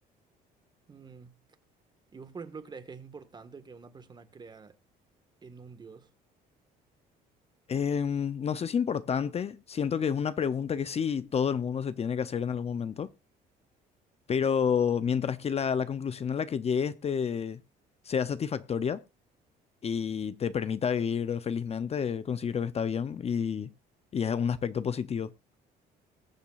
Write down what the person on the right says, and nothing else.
Mm, ¿Y vos, por ejemplo, crees que es importante que una persona crea en un Dios?